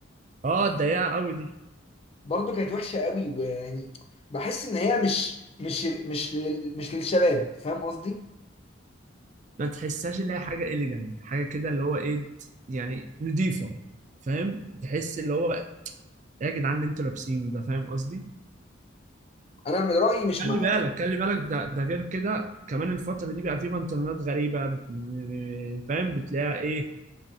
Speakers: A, on the right (about 40°); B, on the left (about 30°).
A: اه الضيقه قوي دي
B: برضه كانت وحشه قوي ويعني بحس ان هي مش مش مش لل- مش للشباب فاهم قصدي
A: ما تحسهاش اللي هي حاجه اليجنت حاجه كده اللي هو ايه يعني نضيفه فاهم تحس اللي هو إيه يا جدعان اللي انتوا لابسينه ده فاهم قصدي
B: انا من رايي مش
A: خلي
B: معاه
A: بالك خلي بالك ده ده غير كده كمان الفترة دي بقى في بنطلونات غريبة بت- فاهم بتلاقيها ايه